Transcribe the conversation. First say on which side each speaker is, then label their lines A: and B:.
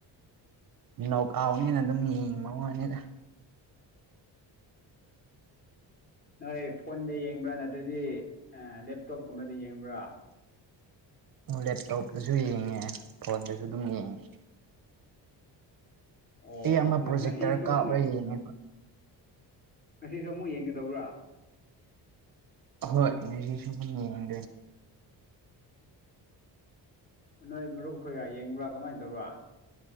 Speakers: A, on the right (about 50°); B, on the left (about 20°).
A: ꯅꯣꯛꯑꯥꯎꯠꯅꯤꯅ ꯑꯗꯨꯝ ꯌꯦꯡꯤꯕ ꯋꯅꯤꯗ
B: ꯅꯣꯏ ꯐꯣꯟꯗ ꯌꯦꯡꯕ꯭ꯔꯥ ꯅꯠꯇ꯭ꯔꯗꯤ ꯂꯦꯞꯇꯣꯞꯀꯨꯝꯕꯗ ꯌꯦꯡꯕ꯭ꯔꯥ
A: ꯂꯦꯞꯇꯣꯞꯇꯁꯨ ꯌꯦꯡꯉꯦ ꯐꯣꯟꯗꯁꯨ ꯑꯗꯨꯝ ꯌꯦꯡꯉꯦ
B: ꯑꯣ
A: ꯑꯩ
B: ꯑꯣ
A: ꯑꯃ ꯄ꯭ꯔꯣꯖꯦꯛꯇꯔ
B: ꯉꯁꯤꯁꯨ
A: ꯀꯥꯞꯂꯒ
B: ꯑꯃꯨꯛ
A: ꯌꯦꯡꯉꯦꯕ
B: ꯉꯁꯤꯁꯨ ꯑꯃꯨꯛ ꯌꯦꯡꯒꯗꯧꯕ꯭ꯔꯥ
A: ꯍꯣꯏ <unintelligible>
B: ꯅꯣꯏ ꯃꯔꯨꯞ ꯈꯣꯏꯔ ꯌꯦꯡꯕ꯭ꯔꯥ ꯀꯃꯥꯏꯅ ꯇꯧꯕꯔꯥ